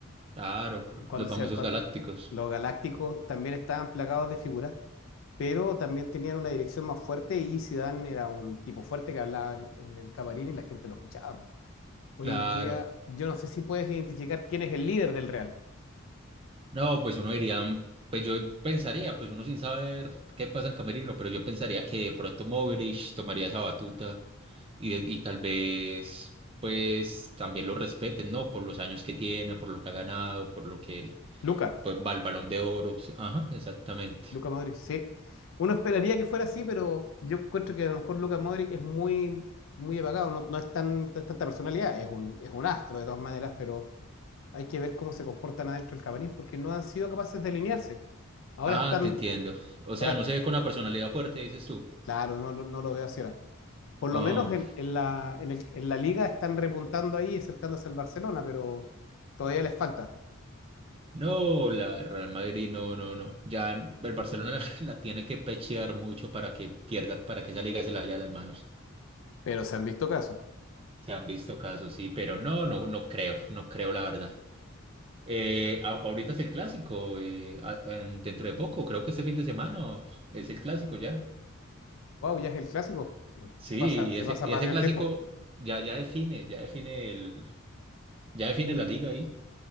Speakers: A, on the right; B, on the left.
A: Claro,
B: eh, que cuando
A: los famosos
B: se, cuan-
A: galácticos.
B: los galácticos también estaban plagados de figuras, pero también tenían una dirección más fuerte y Zidane era un tipo fuerte que hablaba en en el camarín y la gente lo escuchaba. Hoy
A: Claro.
B: en día, yo no sé si puedes identificar quién es el líder del Real.
A: No, pues uno diría, mm, pues yo pensaría, pues uno sin saber qué pasa en Camerino, pero yo pensaría que de pronto Moverich tomaría esa batuta y, y tal vez, pues también lo respeten, ¿no? Por los años que tiene, por lo que ha ganado, por lo que,
B: Luca,
A: pues va al Balón de Oro. Sí, Ajá, exactamente.
B: Luca Modric, sí. Uno esperaría que fuera así, pero yo encuentro que a lo mejor Luca Modric es muy, muy apagado, no, no es tan, no es tanta personalidad, es un, es un astro de todas maneras, pero hay que ver cómo se comportan adentro del camarín porque no han sido capaces de alinearse. Ahora
A: Ah,
B: están,
A: te entiendo. O
B: ahora,
A: sea, no se ve con una personalidad fuerte, dices tú.
B: claro, no, lo- no lo veo así ahora. Por
A: Ah.
B: lo menos en, en la, en el- en la liga están repuntando ahí y acercándose al Barcelona, pero todavía les falta.
A: No, la el Real Madrid, no, no, no. Ya el Barcelona <laughs> la, tiene que pechear mucho para que pierda, para que esa liga se la haya a las manos.
B: Pero se han visto casos.
A: Se han visto casos, sí, pero no, no, no creo, no creo la verdad. Eh, a- ahorita es el clásico, eh, a- en- dentro de poco, creo que este fin de semana o- es el clásico ya.
B: Wow, ya es el clásico. No,
A: Sí,
B: Se pasa, se
A: y ese,
B: pasa
A: y
B: rápido
A: ese clásico
B: el tiempo.
A: ya, ya define, ya define el, ya define la liga ahí.